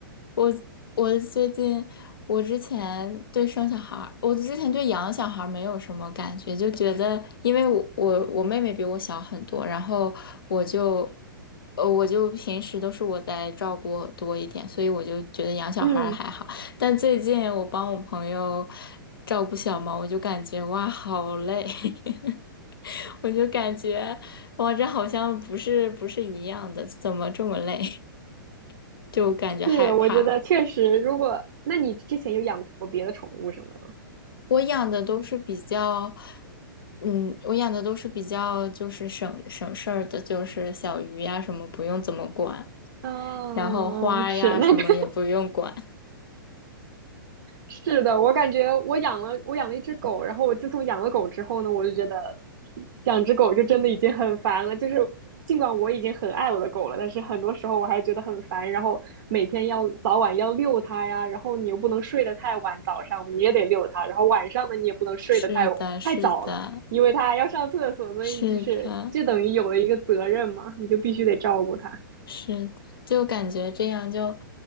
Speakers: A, on the left; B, on the right.
A: 我我最近，我之前对生小孩儿，我之前对养小孩儿没有什么感觉，就觉得因为我我我妹妹比我小很多，然后我就呃我就平时都是我在照顾多一点，所以我就觉得养小孩儿还好。
B: 嗯，
A: 但最近我帮我朋友照顾小猫，我就感觉哇好累，<laughs> 我就感觉哇这好像不是不是一样的，怎么这么累？<laughs> 就感觉害怕。
B: 是，我觉得确实，如果那你之前有养过别的宠物什么的吗？
A: 我养的都是比较，嗯，我养的都是比较就是省省事儿的，就是小鱼呀什么不用怎么管，
B: 嗯、
A: 然后花呀什么也不用管。
B: 哦是那个是的，我感觉我养了我养了一只狗，然后我自从养了狗之后呢，我就觉得养只狗就真的已经很烦了。就是尽管我已经很爱我的狗了，但是很多时候我还是觉得很烦。然后每天要早晚要遛它呀，然后你又不能睡得太晚，早上你也得遛它，然后晚上呢你也不能睡得太太早了，
A: 是的，是的，
B: 因为它要上厕所，所以就是就等于有了一个责任嘛，
A: 是的，
B: 你就必须得照顾它。
A: 是的，就感觉这样就